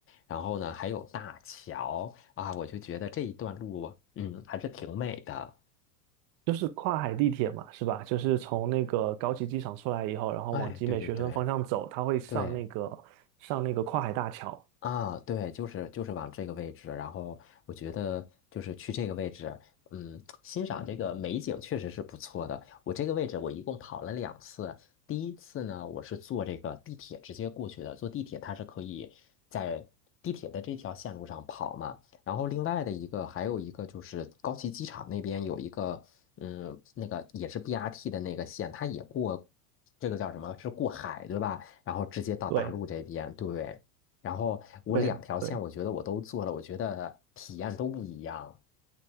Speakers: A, on the left; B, on the right.
A: 然后呢还有大桥啊，我就觉得这一段路，嗯，还是挺美的。
B: 就是跨海地铁嘛，是吧？就是从那个高崎机场出来以后，然后往集美学生方向走，
A: 哎，对对对
B: 它会上那个上那个跨海大桥。
A: 对。啊，对，就是就是往这个位置，然后我觉得就是去这个位置，嗯，欣赏这个美景确实是不错的。我这个位置我一共跑了两次，第一次呢，我是坐这个地铁直接过去的，坐地铁它是可以在地铁的这条线路上跑嘛。然后另外的一个还有一个就是高崎机场那边有一个，嗯，那个也是 BRT 的那个线，它也过这个叫什么？是过海，对吧？然后直接到大陆这边，
B: 对
A: 对。然后我两条线，
B: 对对。
A: 我觉得我都做了，我觉得体验都不一样。